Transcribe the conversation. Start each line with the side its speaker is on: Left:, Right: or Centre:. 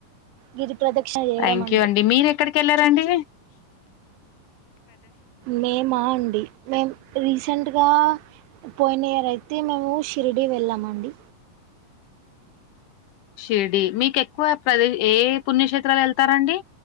Right: గిరి ప్రదక్షిణ చేయడం
Left: థ్యాంక్
Right: అంటే
Left: యూ అండి. మీరు ఎక్కడ కేళ్లారండి.
Right: మేమా అండి. మేం రీసెంట్గా పోయిన ఇయర్ అయితే. అయితే మేము షిరిడీ వెళ్ళామండి.
Left: షిరిడి మీకు ఎక్కువ ప్రదే ఏ పుణ్యక్షేత్రాలు వెళ్తారండి